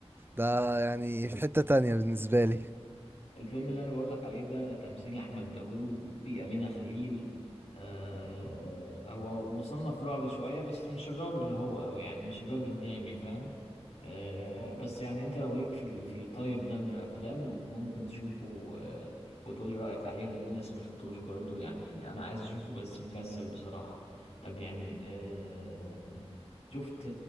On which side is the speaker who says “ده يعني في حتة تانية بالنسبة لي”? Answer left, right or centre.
Right